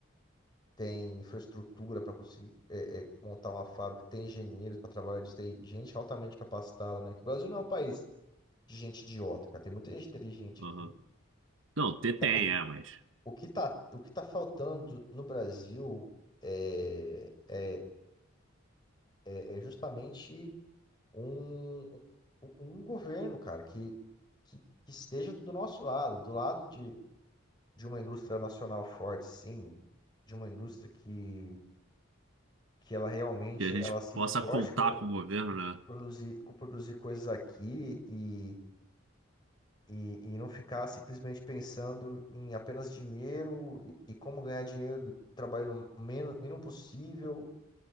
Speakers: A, on the left (about 20°); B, on the right (about 65°).
A: tem infraestrutura para conseguir é, é, montar uma fábrica, tem engenheiros para trabalhar disso, tem gente altamente capacitada, né? Que o Brasil não é um país de gente idiota, cara. Tem muita gente inteligente
B: Aham.
A: aqui.
B: Não, ter
A: Tá-
B: tem,
A: O que,
B: é, mas
A: o que tá, o que tá faltando no Brasil é, é, é é justamente um, um um governo, cara, que, que, que esteja do nosso lado, do lado de de uma indústria nacional forte, sim, de uma indústria que, que ela realmente
B: que a gente
A: ela se
B: possa
A: importe
B: contar
A: com,
B: com o governo,
A: com
B: né?
A: produzir, com produzir coisas aqui e, e, e não ficar simplesmente pensando em apenas dinheiro e, e como ganhar dinheiro trabalhando o menos, mínimo possível